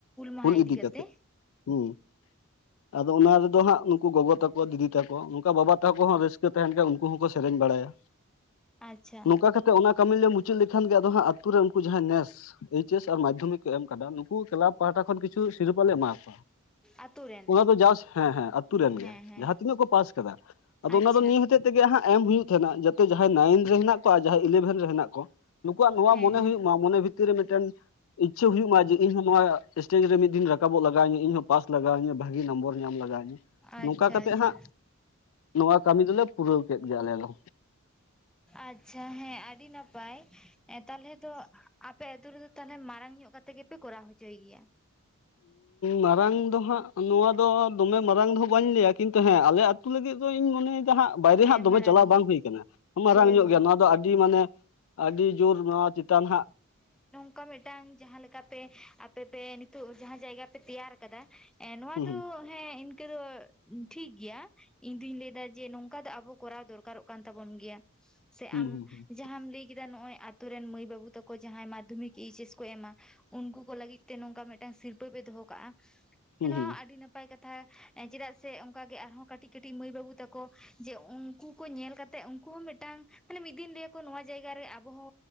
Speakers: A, in the centre; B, on the left.
A: ᱢᱟᱦᱟ
B: ᱦᱩᱞ ᱤᱫᱤ
A: ᱠᱟᱛᱮ
B: ᱠᱟᱛᱮᱫ᱾ ᱦᱮᱸ ᱟᱫᱚ ᱚᱱᱟ ᱨᱮᱫᱚ ᱦᱟᱸᱜ ᱱᱩᱠᱩ ᱜᱚᱜᱚ ᱛᱟᱠᱚ ᱫᱤᱫᱤ ᱛᱟᱠᱚ ᱱᱚᱝᱠᱟ ᱵᱟᱵᱟ ᱛᱟᱠᱚ ᱦᱚᱸ ᱨᱟᱹᱥᱠᱟᱹ ᱛᱟᱦᱮᱱ ᱠᱷᱟᱡ ᱩᱱᱠᱩ ᱦᱚᱸᱠᱚ ᱥᱮᱨᱮᱧ ᱵᱟᱲᱟᱭᱟ
A: ᱟᱪᱪᱷᱟ
B: <unintelligible> ᱱᱚᱝᱠᱟ ᱠᱟᱛᱮ ᱚᱱᱟ ᱠᱟᱹᱢᱤ ᱞᱮ ᱢᱩᱪᱟᱹᱫ ᱞᱮᱠᱷᱟᱱ ᱜᱮ ᱟᱫᱚ ᱦᱟᱸᱜ ᱟᱛᱳ ᱨᱮ ᱩᱱᱠᱩ ᱡᱟᱦᱟᱸᱭ ᱱᱮᱥ ᱮᱭᱤᱪᱥ ᱟᱨ ᱢᱟᱫᱽᱫᱷᱚᱢᱤᱠ ᱠᱚ ᱮᱢ ᱟᱠᱟᱫᱟ ᱱᱩᱠᱩ ᱱᱩᱠᱩ ᱠᱞᱟᱵᱽ ᱯᱟᱦᱟᱴᱟ ᱠᱷᱚᱱ ᱠᱤᱪᱷᱩ ᱥᱤᱨᱯᱟ ᱞᱮ ᱮᱢᱟ ᱠᱚᱣᱟ᱾
A: ᱟᱛᱳ ᱨᱮᱱ
B: ᱚᱱᱟ ᱫᱚ ᱡᱟᱥᱴ, ᱦᱮᱸ ᱦᱮᱸ ᱟᱛᱩ ᱨᱮᱱ
A: ᱦᱮᱸ
B: ᱜᱮ
A: ᱦᱮᱸ
B: ᱡᱟᱦᱟᱸ ᱛᱤᱱᱟᱹᱜ ᱠᱚ ᱯᱟᱥ ᱟᱠᱟᱫᱟ ᱾ᱟᱫᱚ
A: ᱟᱪᱪᱷᱟ
B: ᱚᱱᱟ ᱫᱚ ᱱᱤᱭᱟᱹ ᱦᱚᱛᱮᱫ ᱛᱮᱜᱮ ᱦᱟᱸᱜ ᱮᱢ ᱦᱩᱭᱩᱜ ᱛᱟᱦᱮᱱᱟ ᱡᱟᱛᱮ ᱡᱟᱦᱟᱸᱭ ᱱᱟᱭᱤᱱ ᱨᱮ ᱦᱮᱱᱟᱜ ᱠᱚᱣᱟ ᱟᱨ ᱡᱟᱦᱟᱸᱭ ᱤᱞᱮᱵᱷᱮᱱ ᱦᱮᱱᱟᱜ ᱠᱚᱣᱟ ᱱᱩᱠᱩᱣᱟᱜ ᱱᱚᱣᱟ
A: ᱦᱮᱸ
B: ᱢᱚᱱᱮ
A: ᱦᱮᱸ
B: ᱦᱩᱭᱩᱜ ᱢᱟ ᱢᱚᱱᱮ ᱵᱷᱤᱛᱤᱨ ᱨᱮ ᱢᱤᱫᱴᱟᱝ ᱤᱪᱪᱷᱟᱹ ᱦᱩᱭᱩᱜ ᱢᱟ ᱡᱮ ᱤᱧᱦ‌ ᱱᱚᱣᱟ ᱥᱴᱮᱡᱽ ᱨᱮ ᱢᱤᱫ ᱫᱤᱱ ᱨᱟᱠᱟᱵᱚᱜ ᱞᱟᱜᱟᱣ ᱤᱧᱟ ᱤᱧᱦᱚᱸ ᱯᱟᱥ ᱞᱟᱜᱟᱣ ᱤᱧᱟᱹ ᱵᱷᱟᱹᱜᱤ ᱱᱚᱢᱵᱚᱨ ᱧᱟᱢ ᱞᱟᱜᱟᱣᱤᱧᱟ᱾
A: ᱟᱪᱪᱷᱟ
B: ᱱᱚᱝᱠᱟ ᱠᱟᱛᱮᱫ
A: ᱟᱪᱪᱷᱟ
B: ᱦᱟᱸᱜ ᱱᱚᱣᱟ ᱠᱟᱹᱢᱤ ᱫᱚᱞᱮ ᱯᱩᱨᱟᱹᱣ ᱠᱮᱫ ᱜᱮᱭᱟ ᱟᱞᱮ ᱫᱚ᱾
A: ᱟᱪᱪᱷᱟ ᱦᱮᱸ ᱟᱹᱰᱤ ᱱᱟᱯᱟᱭ ᱾ᱛᱟᱦᱚᱞᱮ ᱫᱚ ᱟᱯᱮ ᱟᱹᱛᱩ ᱨᱮᱫᱚ ᱛᱟᱦᱚᱞᱮ ᱢᱟᱨᱟᱝ ᱧᱚᱜ ᱠᱟᱛᱮᱜ ᱜᱮᱯᱮ ᱠᱚᱨᱟᱣ ᱦᱚᱪᱚᱭ ᱜᱮᱭᱟ᱾
B: ᱢᱟᱨᱟᱝ ᱫᱚ ᱦᱟᱸᱜ ᱱᱚᱣᱟ ᱫᱚ ᱫᱚᱢᱮ ᱢᱟᱨᱟᱝ ᱫᱚ ᱵᱟᱹᱧ ᱞᱟᱹᱭᱟ ᱠᱤᱱᱛᱩ ᱦᱮᱸ ᱟᱞᱮ <unintelligible> ᱟᱹᱛᱩ ᱞᱟᱹᱜᱤᱫ ᱫᱚ ᱤᱧ ᱢᱚᱱᱮᱭᱮᱫᱟ ᱦᱟᱸᱜ ᱵᱟᱭᱨᱮ
A: ᱦᱮᱸ
B: ᱦᱟᱸᱜ ᱫᱚᱢᱮ
A: ᱢᱟᱨᱟᱝ
B: ᱪᱟᱞᱟᱣ
A: ᱜᱮ
B: ᱵᱟᱝ ᱦᱩᱭ ᱟᱠᱟᱱᱟ ᱢᱟᱨᱟᱝ
A: ᱦᱳᱭ
B: ᱧᱚᱜ
A: ᱦᱳᱭ
B: ᱜᱮᱭᱟ᱾ ᱱᱚᱣᱟ ᱫᱚ ᱟᱹᱰᱤ ᱢᱟᱱᱮ ᱟᱹᱰᱤ ᱡᱳᱨ ᱱᱚᱣᱟ ᱪᱮᱛᱟᱱ ᱦᱟᱸᱜ
A: ᱱᱚᱝᱠᱟᱱ ᱢᱤᱫᱴᱟᱝ ᱡᱟᱦᱟᱸ ᱞᱮᱠᱟ ᱯᱮ ᱟᱯᱮ ᱯᱮ ᱱᱤᱛᱚᱜ ᱡᱟᱦᱟᱸ ᱡᱟᱭᱜᱟ ᱯᱮ ᱛᱮᱭᱟᱨ ᱟᱠᱟᱫᱟ ᱮ ᱱᱚᱣᱟ
B: ᱦᱩᱸ
A: ᱫᱚ ᱦᱮᱸ ᱤᱱᱠᱟᱹ ᱫᱚ ᱴᱷᱤᱠ ᱜᱮᱭᱟ ᱤᱧ ᱫᱩᱧ ᱞᱟᱹᱭ ᱮᱫᱟ ᱡᱮ ᱱᱚᱝᱠᱟ ᱫᱚ ᱟᱵᱚ ᱠᱚᱨᱟᱣ ᱫᱚᱨᱠᱟᱨᱚᱜ ᱠᱟᱱ ᱛᱟᱵᱚᱱ ᱜᱮᱭᱟ ᱥᱮ
B: ᱦᱩᱸ
A: ᱟᱢ
B: ᱦᱩᱸ
A: ᱡᱟᱦᱟᱸᱢ ᱞᱟᱹᱭ ᱠᱮᱫᱟ ᱱᱚᱜ ᱚᱭ ᱟᱛᱩ ᱨᱮᱱ ᱢᱟᱹᱭ ᱵᱟᱹᱵᱩ ᱛᱟᱠᱚ ᱡᱟᱦᱟᱸᱭ ᱢᱟᱫᱽᱫᱷᱚᱢᱤᱠ ᱮᱭᱤᱪ ᱮᱥ ᱠᱚ ᱮᱢᱟ ᱩᱱᱠᱩ ᱠᱚ ᱞᱟᱹᱜᱤᱫ ᱛᱮ ᱱᱚᱝᱠᱟ ᱢᱤᱫᱴᱟᱝ ᱥᱤᱨᱯᱟᱹ ᱯᱮ ᱫᱚᱦᱚ ᱠᱟᱜ-ᱟ
B: ᱦᱩᱸ ᱦᱩᱸ
A: ᱱᱚᱣᱟ ᱟᱹᱰᱤ ᱱᱟᱯᱟᱭ ᱱᱟᱯᱟᱭ ᱠᱟᱛᱷᱟ ᱪᱮᱫᱟᱜ ᱥᱮ ᱚᱱᱠᱟ ᱜᱮ ᱟᱨᱦᱚᱸ ᱠᱟᱹᱴᱤᱡ ᱠᱟᱹᱴᱤᱡ ᱢᱟᱹᱭ ᱵᱟᱹᱵᱩ ᱛᱟᱠᱚ ᱡᱮ ᱩᱱᱠᱩ ᱠᱚ ᱧᱮᱞ ᱠᱟᱛᱮᱫ ᱠᱚ ᱢᱤᱫᱴᱟᱝ ᱢᱟᱱᱮ ᱢᱤᱫ ᱫᱤᱱ ᱞᱟᱹᱭ ᱟᱠᱚ ᱱᱚᱣᱟ ᱡᱟᱭᱜᱟ ᱨᱮ ᱟᱵᱚ ᱦᱚ